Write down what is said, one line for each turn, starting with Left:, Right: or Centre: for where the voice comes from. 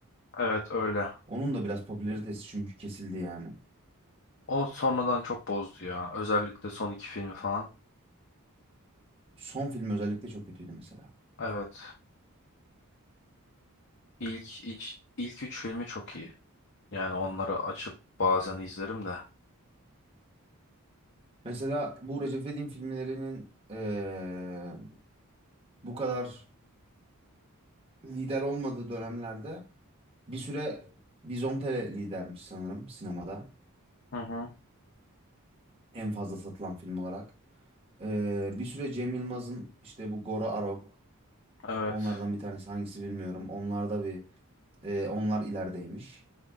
Left: Evet öyle.
Right: Onun da biraz popülaritesi çünkü kesildi yani.
Left: O sonradan çok bozdu ya. Özellikle son iki filmi falan.
Right: Son film özellikle çok kötüydü mesela.
Left: Evet. İlk, ilk, ilk üç filmi çok iyi. Yani onları açıp bazen izlerim de.
Right: Mesela bu Recep İvedik'in filmlerinin eee, bu kadar lider olmadığı dönemlerde bir süre Vizontele lidermiş sanırım sinemada.
Left: Hı hı.
Right: En fazla satılan film olarak. Eee, bir süre Cem Yılmaz'ın işte bu Gora Arok
Left: Evet.
Right: onlardan bir tanesi hangisi bilmiyorum. Onlar da bir eee, onlar ilerideymiş.